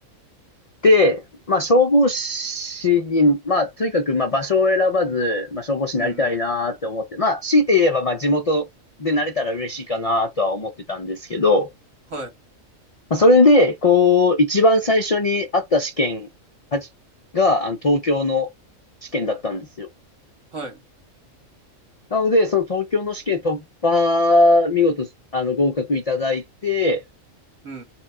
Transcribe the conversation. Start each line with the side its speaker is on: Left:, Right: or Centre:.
Left: で、まあ、消防士に、まあ、とにかく、まあ、場所を選ばず、まあ、消防士になりたいなって思って、
Right: うんうん。
Left: まあ、強いて言えば、まあ、地元でなれたら嬉しいかなとは思ってたんですけど、
Right: はい。
Left: まあ、それで、こう、一番最初にあった試験はじが、あの、東京の試験だったんですよ。
Right: はい。うん
Left: なので、その東京の試験突破、見事、あの、合格いただいて、
Right: うんう